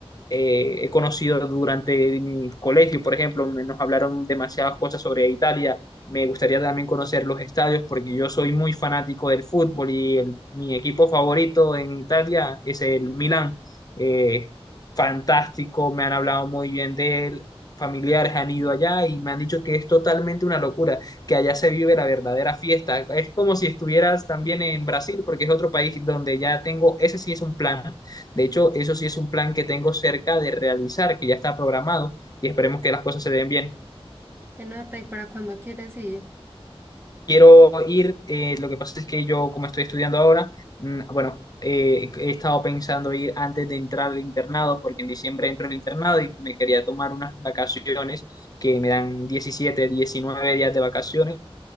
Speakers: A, on the left; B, on the right.
A: eh, he conocido durante mi colegio, por ejemplo, me- nos hablaron demasiadas cosas sobre Italia. Me gustaría también conocer los estadios porque yo soy muy fanático del fútbol y el- mi equipo favorito en Italia es el Milan. Eh, fantástico, me han hablado muy bien de él, familiares han ido allá y me han dicho que es totalmente una locura, que allá se vive la verdadera fiesta. Es como si estuvieras también
B: ujú.
A: en Brasil porque es otro país donde ya tengo, ese sí es un plan de hecho, eso sí es un plan que tengo cerca de realizar, que ya está programado y esperemos que las cosas se den bien.
B: ¿Qué nota y para cuándo quieres ir?
A: Quiero ir, eh, lo que pasa es que yo, como estoy estudiando ahora, mm, bueno, eh, he estado pensando ir antes de entrar al internado, porque en diciembre entro al internado y me quería tomar unas vacaciones que me dan 17, 19 días de vacaciones